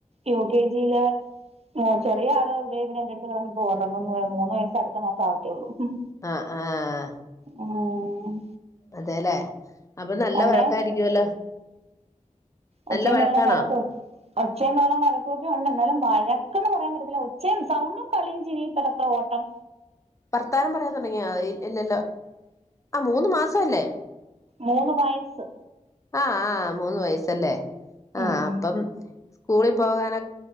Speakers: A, on the right (about 50°); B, on the left (about 20°).
A: യു കെ ജിയില് അഹ് ചെറിയ ആൾ ദെ ഇവിടെ എന്റെറടുത്ത് കിടന്ന് ഇപ്പോ ഉറങ്ങുന്നു മൂന്ന് വയസ്സ് അടുത്ത മാസം ആവത്തേ ഉള്ളൂ ഉം
B: ആഹ് ആഹ്
A: ഉം
B: അതെല്ലെ അപ്പൊ നല്ല
A: അവിടെ
B: വഴക്കായിരിക്കുവല്ലോ
A: ഒച്ചയം
B: നല്ല വഴക്കാണോ
A: ബഹളും വഴക്കും ഒച്ചയും ബഹളം വഴക്കൊക്കെ ഉണ്ട് എന്നാലും വഴക്കന്ന് പറയാൻ പറ്റത്തില്ല ഒച്ചയും സൗണ്ടും കളിയും ചിരിയും ഇടത്ത ഓട്ടം
B: വർത്താനം പറയാൻ തുടങ്ങിയാ ഇല്ലല്ലോ ആഹ് മൂന്ന് മാസം അല്ലേ
A: മൂന്ന് വയസ്സ്
B: ആഹ് ആഹ് മൂന്ന് വയസല്ലേ
A: ഉം
B: ആഹ് അപ്പം സ്കൂളിൽ പോകാനൊ